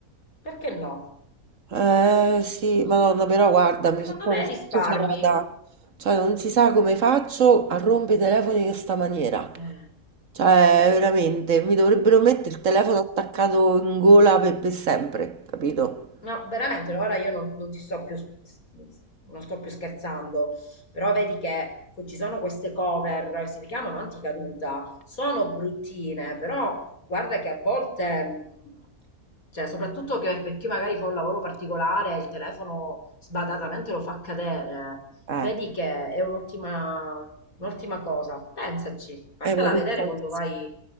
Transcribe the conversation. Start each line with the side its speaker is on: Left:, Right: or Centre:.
Left: Perché no?
Right: Eh sì, madonna, però guarda, mi
Left: Secondo
Right: sono proprio
Left: me risparmi.
Right: stufata. Cioè, non si sa come faccio a rompere i telefoni in questa maniera.
Left: Eh.
Right: Cioè, veramente, mi dovrebbero mettere il telefono attaccato in gola per, per sempre, capito?
Left: No, veramente, no, ora io non, non ti sto più, s- s- non sto più scherzando, però vedi che co- ci sono queste cover, si chiamano anticaduta, sono bruttine, però guarda che a volte, mh, cioè soprattutto che per chi magari fa un lavoro particolare, il telefono sbadatamente lo fa cadere, vedi
Right: Eh,
Left: che è un'ottima un'ottima cosa, pensaci, fatela
Right: eh, ma per
Left: vedere
Right: forza.
Left: quando vai,